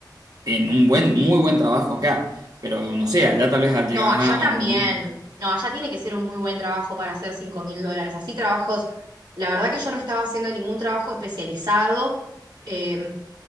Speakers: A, on the right (about 55°); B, on the right (about 70°).
A: en un buen, muy buen trabajo acá. Pero no sé, allá tal vez
B: No,
A: llegás
B: allá
A: a,
B: también.
A: a un...
B: No, allá tiene que ser un muy buen trabajo para hacer cinco mil dólares. Así trabajos, la verdad que yo no estaba haciendo ningún trabajo especializado. eh,